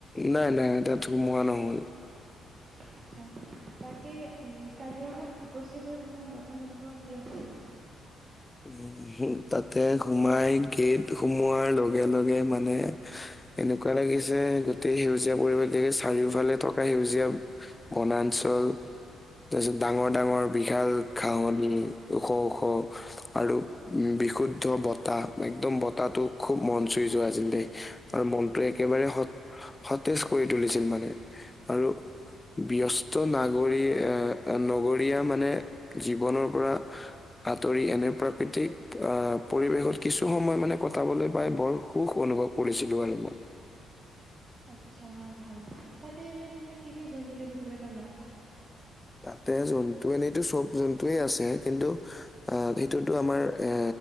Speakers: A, on the left; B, on the right.
A: নাই নাই তাত সোমোৱা নহয়
B: আচ্ছা বাকী উম কাজিৰঙাত উপস্থিত হৈ তোমাৰ প্ৰথম অনুভৱ কি আছিলে
A: উম তাতে সোমাই গেট সোমোৱাৰ লগে লগে মানে এনেকুৱা লাগিছে গোটেই সেউজীয়া পৰিৱেশ দেখি চাৰিওফালে থকা সেউজীয়া বনাঞ্চল তাৰ পিছত ডাঙৰ ডাঙৰ বিশাল ঘাঁহনি ওখ ওখ আৰু উম বিশুদ্ধ বতাহ একদম বতাহটো খুব মন চুই যোৱা যে দেই আৰু মনটোৱে একেবাৰে স সতেজ কৰি তুলিছিল মানে আৰু ব্যস্ত নাগৰি আহ নগৰীয়া মানে জীৱনৰ পৰা আঁতৰি এনে প্ৰাকৃতিক অহ পৰিৱেশত কিছু সময় মানে কটাবলৈ পাই বৰ সুখ অনুভৱ কৰিছিলোঁ আৰু মই
B: <unintelligible> আচ্ছা ভাল তাতে এনেই তুমি কি কি জন্তু দেখিবলৈ পালা
A: তাতে জন্তু এনেতো চব জন্তুৱেই আছে কিন্তু অ সেইটোতো আমাৰ এ